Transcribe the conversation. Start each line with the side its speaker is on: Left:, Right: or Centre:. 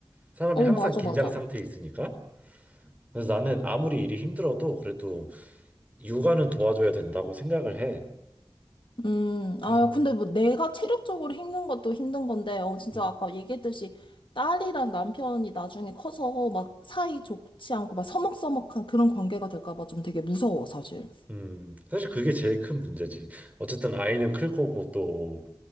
Right: 사람이 항상
Left: 맞아,
Right: 긴장
Left: 맞아.
Right: 상태에 있으니까. 그래서 나는 아무리 일이 힘들어도 그래도 육아는 도와줘야 된다고 생각을 해.
Left: 음, 아,
Right: 그래서
Left: 근데 뭐 내가 체력적으로 힘든 것도 힘든 건데, 어, 진짜
Right: 음,
Left: 아까 얘기했듯이 딸이랑 남편이 나중에 커서 막 사이 좋지 않고 막 서먹서먹한 그런 관계가 될까 봐 좀 되게 무서워, 사실.
Right: 음, 사실 그게 제일 큰 문제지. 어쨌든 아이는 클 거고 또